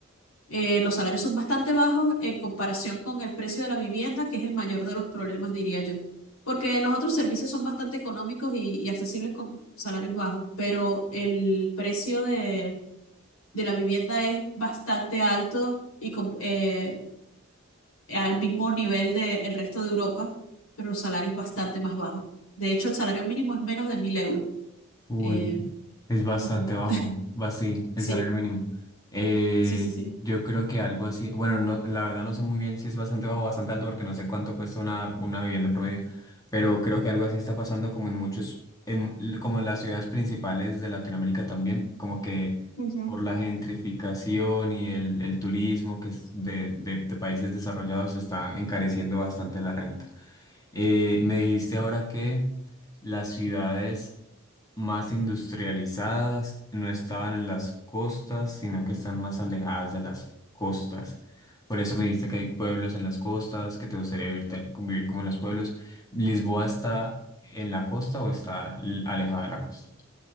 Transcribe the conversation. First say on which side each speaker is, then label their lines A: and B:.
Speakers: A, on the left; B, on the left.
A: Eh, los salarios son bastante bajos en comparación con el precio de la vivienda, que es el mayor de los problemas, diría yo. Porque los otros servicios son bastante económicos y, y accesibles con salarios bajos, pero el precio de, de la vivienda es bastante alto y com- eh, al mismo nivel del resto de Europa, pero los salarios bastante más bajos. De hecho, el salario mínimo es menos de mil euros.
B: Uy.
A: Eh,
B: Es bastante
A: Ujú,
B: bajo, va sí, el
A: sí,
B: salario mínimo. Eh,
A: sí, sí, sí.
B: yo creo que algo así, bueno, no, la verdad no sé muy bien si es bastante bajo o bastante alto porque no sé cuánto cuesta una, una vivienda promedio, pero creo que algo así está pasando como en muchos, en, l- como en las ciudades principales de Latinoamérica también, como que
A: Ujú.
B: por la gentrificación y el, el turismo que es de, de de países desarrollados está encareciendo bastante la renta. Eh, me dijiste ahora que las ciudades más industrializadas no estaban en las costas, sino que están más alejadas de las costas. Por eso me dijiste que hay pueblos en las costas, que te gustaría vivir, ta- convivir como en los pueblos. ¿Lisboa está en la costa o está l- alejada de la costa?